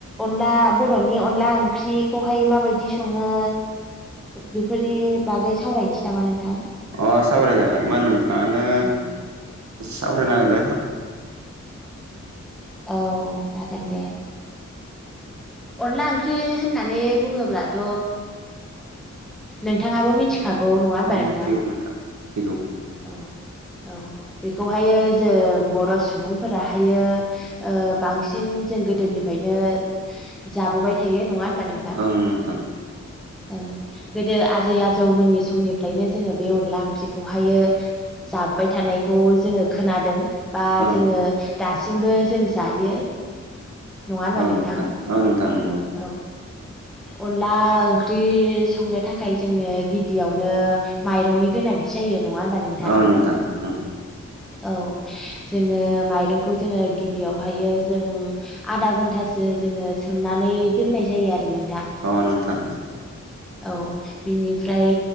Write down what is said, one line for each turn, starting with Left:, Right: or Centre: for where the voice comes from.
Centre: अनला बर'नि अनला ओंख्रिखौहाय माबायदि सङो बेफोरनि बागै सावरायनोसै नामा नोंथां
Right: अ साबराय जागोन मा नोंथाङानो
Centre: औ
Right: साबराय नागिरद
Centre: औ जागोन दे अनला ओंख्रि होननानै बुङोब्लाथ' नोंथाङाबो मिथिखागौ नङा होनबा
Right: अ
Centre: नोंथां
Right: मिथिगौ मिथिगौ
Centre: औ औ बेखौहायो जों बर' सुबुंफोराहायो बांसिन जों गोदोनिफ्रायनो जाबोबाय थायो नङा होनोमबा नों
Right: औओं नोंथां
Centre: औ गोदो आजै आजौमोननि समनिफ्रायनो जोङो बे अनला ओंख्रिखौहायो जाब्बाय थानायखौ जोङो खोनादों बा
Right: ओं
Centre: जोङो दासिमबो जों जायो नङा होनबा
Right: ओं
Centre: नोंथां
Right: औ नोंथां नंगौ
Centre: औ अनला ओंख्रि संनो थाखाय जोंनो गिबियावनो माइरंनि गोनांथि जायो नङा हबा नोंथां
Right: औ ओं
Centre: औ जोङो माइरंखौ जोङो बेयावहायो जों आधा घन्टासो जोङो सोमनानै दोननाय जायो आरो नों
Right: अ नोंथां
Centre: औ बिनिफ्राय